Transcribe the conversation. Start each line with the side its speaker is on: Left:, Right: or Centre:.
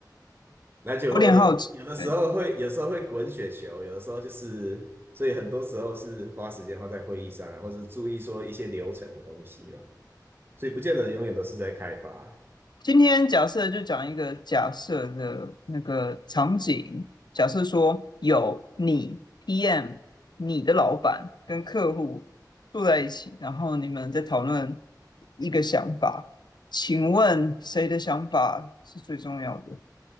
Right: 那就会有的时候会，
Left: 有点好奇。呃
Right: 有时候会滚雪球，有的时候就是，所以很多时候是花时间花在会议上啊或者注意说一些流程的东西嘛，所以不见得永远都是在开发啊。
Left: 今天假设就讲一个假设的那个场景，假设说有你 PM、你的老板跟客户坐在一起，然后你们在讨论一个想法，请问谁的想法是最重要的？